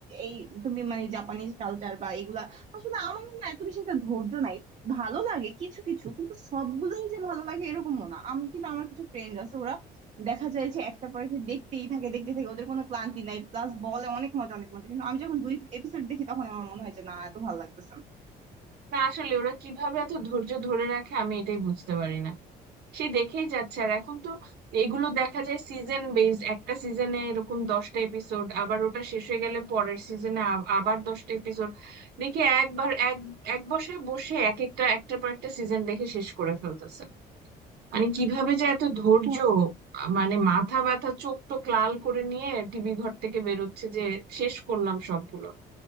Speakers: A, on the right (about 40°); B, on the right (about 70°).
A: এই তুমি মানে জাপানিজ কালচার বা এগুলা আসলে আমার না এত বেশি একটা ধৈর্য নাই ভালো লাগে কিছু কিছু কিন্তু সবগুলোই যে ভালো লাগে এরকমও না আমি কিন্তু আমার কিছু ফ্রেন্ড আছে ওরা দেখা যায় যে একটা পরে একটা দেখতেই থাকে দেখতেই থাকে ওদের কোনো ক্লান্তি নাই প্লাস বলে অনেক মজা অনেক মজা কিন্তু আমি যখন দুই এপিসোড দেখি তখন আমার মনে হয় যে না এত ভালো লাগতেছে
B: না আসলে ওরা কিভাবে এত ধৈর্য ধরে রাখে আমি এটাই বুঝতে পারি না সে দেখেই যাচ্ছে আর এখন তো এগুলো দেখা যায় সিজন বেসড একটা সিজনে এরকম দশটা এপিসোড আবার ওটা শেষ হয়ে গেলে পরের সিজনে আবার দশটা এপিসোড দেখে একবার এক এক বসে বসে এক একটা একটার পর একটা সিজন দেখে শেষ করে ফেলতেছে মানে কিভাবে যে এত ধৈর্য
A: না
B: আহ, মানে মাথা ব্যথা চোখ টোক লাল করে নিয়ে টিভি ঘর থেকে বেরোচ্ছে যে শেষ করলাম সবগুলো